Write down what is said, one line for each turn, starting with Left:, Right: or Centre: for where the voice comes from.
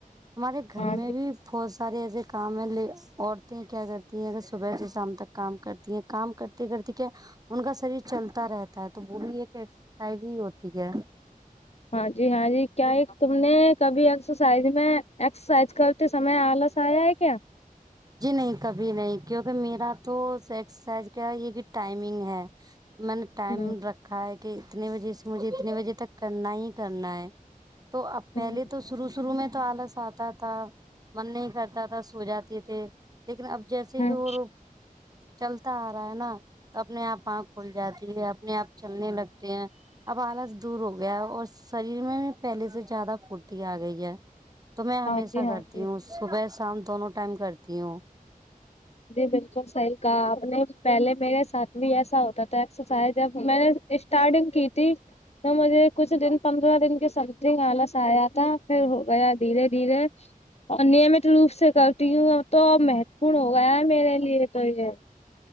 Right: ہمارے گھر
Left: ہاں
Right: میں
Left: جی
Right: بھی بہت سارے ایسے کام ہیں ل عورتیں کیا کرتی ہیں اگر صبح سے شام تک کام کرتی ہیں کام کر کرتی کیا ان کا شریر چلتا رہتا ہے تو وہ بھی ایک ایکسرسائز ہی ہوتی ہے
Left: ہاں جی ہاں جی کیا ایک تم نے کبھی ایکسرسائز میں ایکسرسائز کر تے سمے آلس آیا ہے کیا
Right: جی نہیں کبھی نہیں کیونکہ میرا تو ایکسرسائز کیا یہ کہ ٹائمنگ ہے میں نے ٹائم
Left: ہوں
Right: رکھا ہے کہ اتنے بجے سے مجھے اتنے بجے تک کرنا ہی کرنا ہے تو اب پہلے
Left: ہوں
Right: تو شروع شروع میں تو آلس آتا تھا من نہیں کرتا تھا سو جاتے کہ لیکن اب جیسے
Left: ہوں
Right: بھی وہ چلتا آ رہا ہے نا تو اپنے آپ آنکھ کھل جاتی ہے اپنے آپ چلنے لگتے ہیں اب آلس دور ہو گیا ہے اور شریر میں پہلے سے زیادہ پورتی آ گئی ہے تو میں ہمیشہ
Left: ہاں جی ہاں
Right: کرتی
Left: جی
Right: ہوں صبح شام دونوں ٹائم کرتی ہوں
Left: جی بالکل صحیح کہا آپ نے پہلے میرے ساتھ بھی ایسا ہوتا تھا ایکسرسائز اب میں نے اسٹارٹنگ کی تھی تو مجھے کچھ دن پندرہ دن کے سمتنگ آلس آیا تھا پھر ہو گیا دھیرے دھیرے نمت روپ سے کرتی ہوں تو میں لیے تو یہ ج <unintelligible>